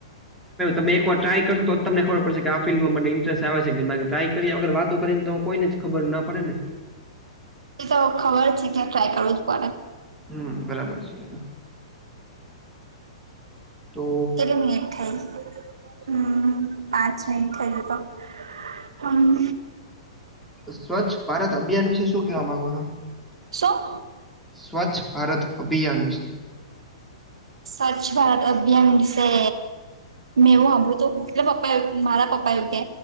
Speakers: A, in the centre; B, on the right (about 80°).
A: તમે એકવાર ટ્રાય કરશો તો તમને ખબર પડશે કે આ ફિલ્ડમાં મને ઇન્ટરેસ્ટ આવે છે કે બાકી ટ્રાય કરીએ અગર વાતો કરીને તો. કોઈને જ ખબર ના પડે ને.
B: એ તો ખબર છે કે ટ્રાય કરવો જ પડે.
A: હમ, બરાબર છે બધું. તો
B: કેટલી મિનિટ થઈ હમ પાંચ મિનિટ થાય તો તો. હમ.
A: સ્વચ્છ ભારત અભિયાન વિશે શું કેવા માંગો છો?
B: શું?
A: સ્વચ્છ ભારત અભિયાન વિશે.
B: સ્વચ્છ ભારત અભિયાન વિશે. મેં એવું હામભળ્તુ કે પપ્પા મારા પપ્પા એવું કે.